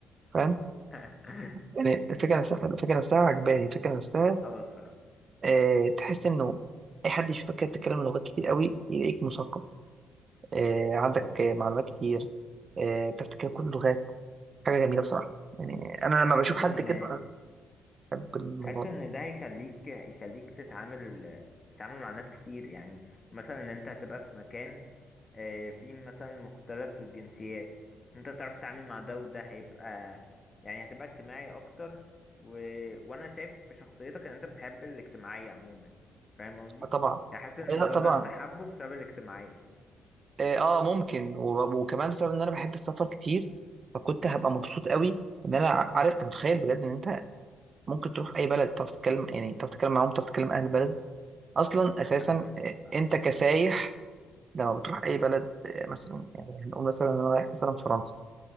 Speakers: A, on the right; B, on the left.
A: فاهم
B: <laughs>
A: يعني الفكره نفسها حلوة، الفكره نفسها عجباني الفكره نفسها
B: اه الصراحة
A: آه، تحس انه اي حد يشوفك كده بتتكلم لغات كتير قوي يلاقيك مثقف آه، عندك
B: اه
A: آه، معلومات كتير آه، بتعرف تتكلم كل اللغات حاجه جميله بصراحه يعني انا لما
B: وحاسس
A: بشوف حد
B: ان
A: كده بحب الموضوع
B: حاسس
A: ده
B: ان ده هيخليك هيخليك تتعامل تتعامل مع ناس كتير يعني مثلا ان انت هتبقى في مكان آه، فيه مثلا مختلف الجنسيات انت تعرف تتعامل مع ده وده هيبقى يعني هتبقى اجتماعي اكتر و... وانا شايف في شخصيتك ان انت بتحب الاجتماعية عموما فاهم قصدي
A: آه طبعا
B: يعني حاسس ان الموضوع
A: آه لا طبعا
B: ده انت حابه بسبب الاجتماعية
A: اه آه، ممكن وب- وكمان بسبب ان انا بحب السفر كتير فكنت هبقى مبسوط قوي ان انا ع- عارف انت متخيل بجد ان انت ممكن تروح اي بلد تعرف تتكلم يعني تعرف تتكلم معاهم تعرف تتكلم اهل البلد اصلا اساسا
B: حاجة تحفة
A: آه،
B: الصراحة
A: انت كسايح لما بتروح اي بلد آه، مثلا يعني هنقول مثلا انا رايح مثلا فرنسا